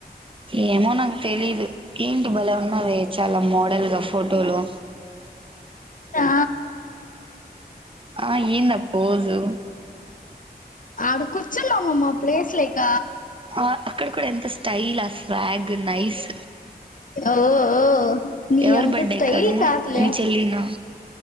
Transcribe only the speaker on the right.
ఏమో నాకు తెలీదు ఏంటి బలే ఉన్నావే చాలా మోడల్ గా ఫోటోలు
ఆ ఏంది ఆ పోజు
ఆ అక్కడ కూడా ఎంత స్టైల్ ఆ ఫగ్ నైస్
ఎవరు
బర్త్డే
కి అది
మీ చెెల్లినా